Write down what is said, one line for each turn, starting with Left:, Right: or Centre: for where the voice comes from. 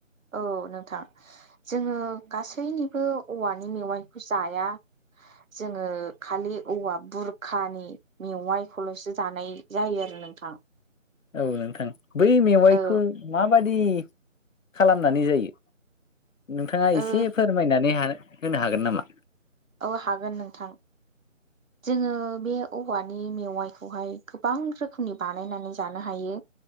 Right: औ नोंथां जोङो गासैनिबो औवानि मेवाइखौ जाया। जोङो खालि औवा बुरखानि मेवाइखौल'सो जानाय जायो आरो नोंथां।
Left: औ नोंथां बै मेवाइखौ
Right: औ
Left: माबादि खालामनानै जायो? नोंथाङा
Right: ओ
Left: एसे फोरमायनानै होनो हागोन नामा?
Right: औ हागोन नोंथां। जोङो बे औवानि मेवाइखौहाय गोबां रोखोमनि बानायनानै जानो हायो